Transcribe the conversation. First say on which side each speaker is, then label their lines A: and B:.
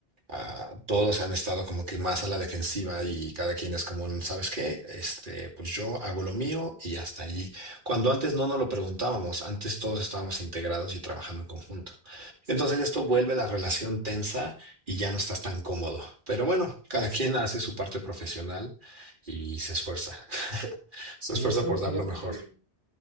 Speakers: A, on the right; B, on the right.
A: ah, todos han estado como que más a la defensiva y cada quien es como un, ¿sabes qué? Este, pues yo hago lo mío y hasta allí. Cuando antes no nos lo preguntábamos, antes todos estábamos integrados y trabajando en conjunto. Entonces esto vuelve la relación tensa y ya no estás tan cómodo. Pero bueno, cada quien hace su parte profesional y se esfuerza. <laughs> Se
B: Y
A: esfuerza
B: eso,
A: por
B: fíjate
A: dar lo mejor.
B: que,